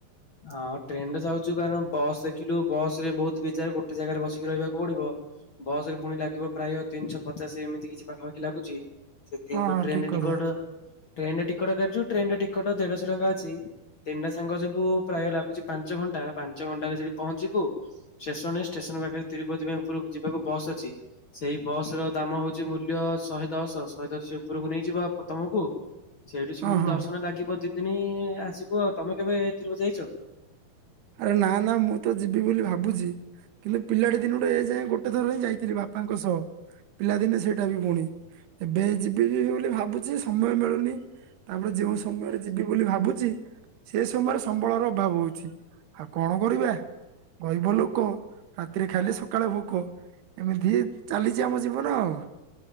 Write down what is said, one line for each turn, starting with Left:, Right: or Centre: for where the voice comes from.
Left: ହଁ ଟ୍ରେନ୍ ଯାଉଚୁ କାରଣ ବସ୍ ଦେଖିଲୁ ବସ ରେ ବୋହୁତ ବିଚାର ଗୋଟେ ଜାଗାରେ ବସିକି ରହିବାକୁ ପଡିବ, ବସ ରେ ପୁଣି ଲାଗି ପ୍ରାୟ ତିନିଶହ ପଚାସ୍ ଏମିତି କିଛି ପାଖାଖି <unintelligible> ସେଥିପାଇଁ
Right: ହଁ
Left: ତ
Right: ହଁ
Left: ଟ୍ରେନରେ
Right: ଠିକ କଥା
Left: ଟିକଟ ଟ୍ରେନରେ ଟିକଟ କାଟଚୁ ଟ୍ରେନ ରେ ଟିକଟ ଦେଢଶହ ଟଙ୍କା ଅଛି ତିନିଟା ସାଙ୍ଗ ଯିବୁ ପ୍ରାୟ ଲାଗୁଚି ପାଞ୍ଚ ଘଣ୍ଟା ପାଞ୍ଚ ଘଣ୍ଟାରେ ସେଠି ପହଞ୍ଚିିବୁ ଷ୍ଟେସନରେ ଷ୍ଟେସନ ପାଖରେ ତିରୁପତି ପାଇଁ ଉପ ଯିବାକୁ ବସ୍ ଅଛି ସେଇ ବସ ର ଦାମ ହୋଉଚି ମୂଲ୍ୟ ଶହେ ଦଶ ଶହେ ଦଶ ଉପରକୁ ନେଇଯିବ। ତମକୁ ସେଇଠୁ ସେମିତି
Right: ହଁ ହଁ
Left: ଦର୍ଶନ ଲାଗିବ ଦି ଦିନି ଆସିବୁ ଆଉ ତମେ କେବେ ଏଥିରୁକୁ ଯାଇଚ?
Right: ଆରେ ନା ନା ମୁଁ ତ ଯିବି ବୋଲି ଭାବୁ କିନ୍ତୁ ପିଲାଟି ଦିନେ ଏ ଯାଏ ଗୋଟେ ଥର ହିଁ ଯାଇଥିଲି ବାପାଙ୍କ ସହ, ପିଲାଦିନେ ସେଇଟା ବି ପୁଣି। ଏବେ ଯିବି ଯିବି ବୋଲି ଭାବୁଚି ସମୟ ମିଳୁନି। ତାପରେ ଯୋଉଁ ସମୟରେ ଯିବି ବୋଲି ଭାବୁଚି ସେ ସମୟରେ ସମ୍ବଳର ଅଭାବ ହୋଉଚି ଆଉ କଣ କରିବା ଗରିବ ଲୋକ ରାତିରେ ଖାଇଲେ ସ ସକାଳେ ଭୋକ ଏମିତି ଚାଲିଚି ଆମ ଜୀବନ ଆଉ।